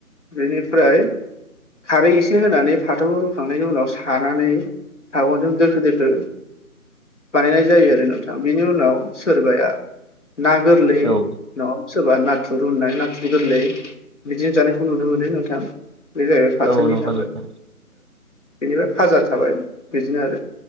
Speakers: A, on the left; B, on the right.
A: बेनिफ्राय खारै एसे होनानै फाथोखौ रुखांनायनि उनाव सानानै सागं'जों दोखो दोखो बानायनाय जायो आरो नोंथां बिनि उनाव सोरबाया ना गोरलै नङाबा
B: औ
A: सोरबा नाथुर दुनाय नाथुर गोरलै बिदिनो जानायखौ नुनो मोनो नोंथां बे जाहैबाय फाथोनिफ्रायबो
B: औ नंगौ नोंथां
A: बेनिफ्राय फाजा थाबाय बिदिनो आरो